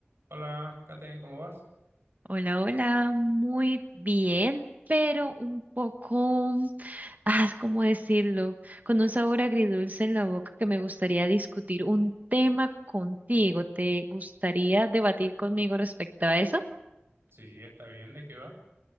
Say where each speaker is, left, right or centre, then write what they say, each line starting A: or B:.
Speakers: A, on the right (about 70°); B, on the right (about 40°).
A: Hola, Kate, ¿cómo vas?
B: Hola, hola, muy bien, pero un poco, ah, ¿cómo decirlo? Con un sabor agridulce en la boca que me gustaría discutir un tema contigo. ¿Te gustaría debatir conmigo respecto a eso?
A: Sí, está bien, ¿de qué va?